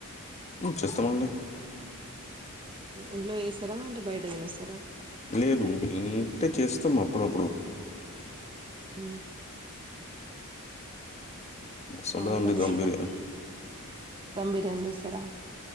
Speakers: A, on the left; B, on the right.
A: చేస్తామండి
B: ఇంట్లో చేస్తారా అంటే బయట తినస్తా
A: లేదు ఇంటే చేస్త అప్పుడప్పుడు
B: మ్ హూ
A: మస్తు
B: బాగుంటది
A: ఉంటుందండి దమ్
B: అయితే
A: బిర్యానీ
B: ధమ్ బిర్యానీ చేస్తారా